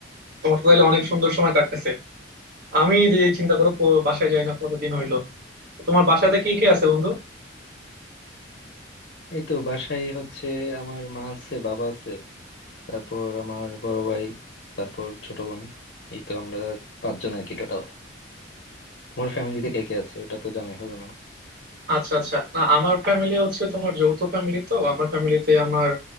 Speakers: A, on the right; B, on the left.
A: তোমার তো তাহলে অনেক সুন্দর সময় কাটতেছে আমি যে এই চিন্তা করো পো- বাসায় যাই না কতদিন হইলো তো তোমার বাসাতে কে কে আছে বন্ধু
B: এই তো বাসায় হচ্ছে আমার মা আছে বাবা আছে তারপর আমার বড় ভাই তারপর ছোট বোন এই তো আমরা পাঁচজন আর কি টোটাল তোমার ফ্যামিলিতে কে কে আছে ওটা তো জানাই হলো না
A: আচ্ছা আচ্ছা না আমার ফ্যামিলি হচ্ছে তোমার যৌথ ফ্যামিলি তো আমার ফ্যামিলিতে আমার